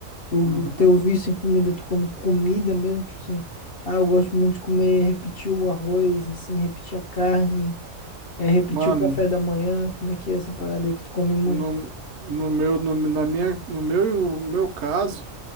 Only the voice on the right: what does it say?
Uhum.
Mano,
no, no meu no, na minha no meu no meu caso